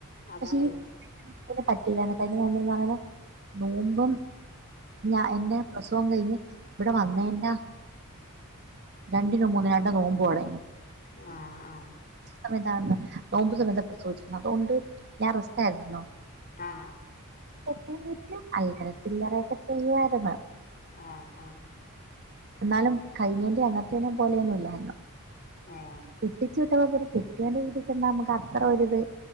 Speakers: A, on the left; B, on the right.
A: അതാണേ
B: പക്ഷെ <unintelligible> <unintelligible> നോമ്പ് പറയുന്നത് നോമ്പും ഞ എന്റെ പ്രസവം കഴിഞ്ഞ് ഇവിടെ വന്ന എന്റെ രണ്ടിനു മൂന്നും എങ്ങാണ്ടോ നോമ്പും തോട
A: ആഹ്
B: സമയത്താണ് നോമ്പ് സമയത്താ പ്രസവിച്ചത് അതുകൊണ്ട് ഞാൻ റസ്റ്റ് ആരുന്നല്ലോ
A: ആ
B: <unintelligible> അല്ലറ ചില്ലറയൊക്കെ ചെയ്യുവാരുന്നു
A: ആ ആ
B: എന്നാലും കഴിഞ്ഞേൻറെ അങ്ങത്തേനെ പോലെയൊന്നും ഇല്ലാരുന്നു
A: ഏ
B: കെട്ടിച്ചു വിട്ടപം പിന്നെ കെ കെട്ടിയോന്റെ വീട്ടിൽ ചെന്നാ നമുക്ക് അത്ര ഒരുരിത്